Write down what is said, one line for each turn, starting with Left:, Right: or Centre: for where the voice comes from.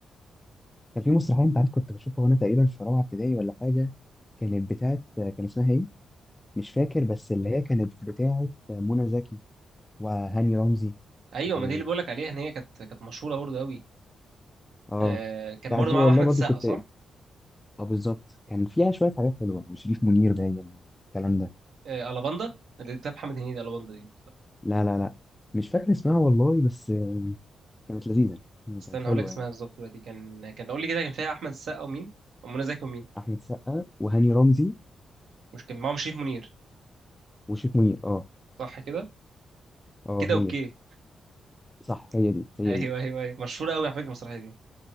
Left: كان في مسرحيه انت عارف كنت بشوفها وانا تقريبا في رابعه ابتدائي ولا حاجه كانت بتاعت كان اسمها ايه مش فاكر بس اللي هي كانت بتاعت منى زكي وهاني رمزي
Right: ايوه
Left: و
Right: ما دي اللي بقول لك عليها ان هي كانت كانت مشهوره برضو قوي
Left: اه
Right: آه كان
Left: بتاعت
Right: برضو
Left: دي
Right: معاهم
Left: والله
Right: احمد
Left: برضو
Right: السقا
Left: كنت
Right: صح
Left: اه بالظبط كان فيها شويه حاجات حلوه وشريف منير باين الكلام ده
Right: آه الاباندا اللي بتاع محمد هنيدي الاباندا دي
Left: لا لا لا مش فاكر اسمها والله بس كانت لذيذه يعني
Right: استنى
Left: كانت حلوه
Right: هقول لك اسمها
Left: يعني.
Right: بالظبط دلوقتي كان كان قول لي كده كان فيها احمد السقا ومين ومنى زكي ومين
Left: احمد سقا وهاني رمزي
Right: مش كان معاهم شريف منير
Left: وشيك منير اه
Right: صح كده
Left: اه
Right: كده
Left: هي
Right: اوكي
Left: صح هي دي هي
Right: ايوه
Left: دي
Right: ايوه ايوه مشهوره قوي على فكره المسرحيه دي